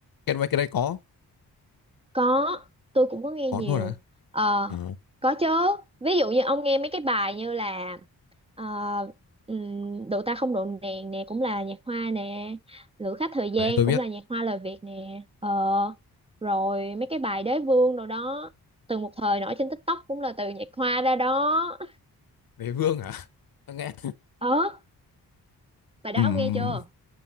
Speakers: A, on the left; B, on the right.
A: cái mấy cái đấy có
B: có tôi cũng có nghe
A: có
B: nhiều
A: luôn à,
B: ờ
A: à
B: có chứ ví dụ như ông nghe mấy cái bài như là Ờ, ừm, độ ta không độ nàng nè cũng là nhạc hoa nè Lữ khách thời gian
A: bài đấy tôi
B: cũng
A: biết
B: là nhạc hoa lời Việt nè ờ, rồi mấy cái bài đế vương rồi đó từng một thời nổi trên TikTok cũng là từ nhạc hoa ra đó
A: đế vương à nghe
B: ờ bài
A: Ừm,
B: đó ông nghe chưa